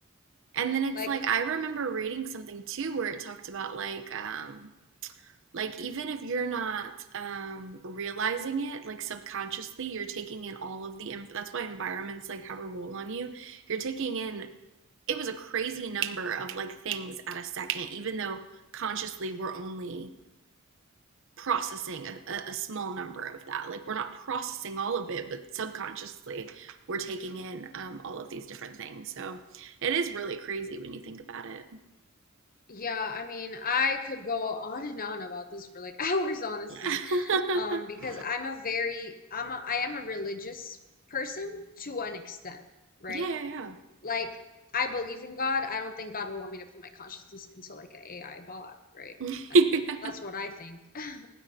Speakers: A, on the right; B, on the left.
A: And then it's
B: Like,
A: like I remember reading something too where it talked about like um. Like, even if you're not um, realizing it, like subconsciously, you're taking in all of the inf- that's why environments like have a role on you. You're taking in it was a crazy number of like things at a second, even though consciously we're only processing a, a, small number of that. Like we're not processing all of it, but subconsciously we're taking in um, all of these different things. So it is really crazy when you think about it.
B: Yeah, I mean, I could go on and on about this for like <laughs> hours, honestly.
A: <laughs>
B: Um, because I'm a very I'm a I am a religious person to an extent, right?
A: yeah, yeah,
B: Like, I believe in God. I don't think God would want me to put my consciousness into like an a AI bot, right?
A: yeah.
B: That,
A: <laughs> yeah.
B: that's what I think. <laughs> I